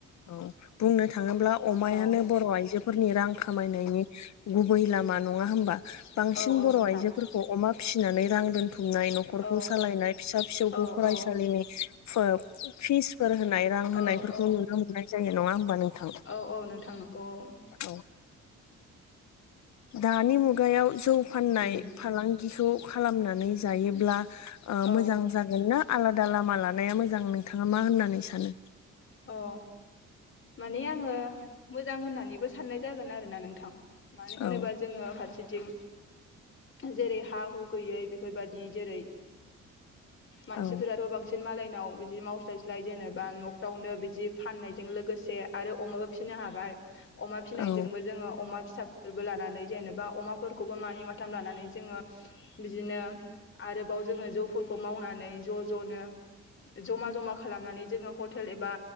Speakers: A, on the left; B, on the left.
A: औ बुंनो थाङोब्ला अमायानो
B: औ
A: बर' आय फोरनि रां खामायनायनि गुबै लामा नङा होमबा बांसिन
B: औ औ
A: बर'
B: नोंथां
A: आइजोफोरखौ अमा फिसिनानै रां दोन हुमनाय न'खरखौ
B: औ
A: सालायनाय फिसा फिसौखौ
B: औ
A: फरायसालिनि
B: औ
A: फोब-फिसफोर होनाय। आव होनायफोरखौ
B: औ औ
A: नुनो मोननाय जायो नङा होमबा नोंथां
B: औ औ नोंथां नंगौ औ
A: औ। दानि मुगायाव जौ फाननाय
B: उम
A: फालां गिखौ खालामनानै जायोब्ला ओ
B: औ
A: मोजां जागोन ना? आलादा लामा लानाया मोजां, नोंथाङा मा होननानै सानो?
B: अ माने आङो मोजां होननानैबो साननाय जागोन आरोना नोंथां मानो होनोबा
A: औ
B: जों। जेरै हा हु गैयै बेफोरबायदि जेरै मानसिफोराथ'
A: औ
B: बांसिन मालायनाव बिदि मावस्लायस्लाय जेनेबा न' फ्रावनो बिदि फाननायजों लोगोसे आरो अमाबो फिसिनो हाबाय। अमा फिनायजोंबो
A: औ
B: जोङो अमा फिसा फोरबो लानानै जेनेबा अमाफोरखौबो मानि माथाम लानानै जोङो बिदिनो आरोबाव न'आव जोंओ जौ फोरखौ मावनानै ज' ज' नो जमा जमा खालामनानै जोंओ ह' टोल एबा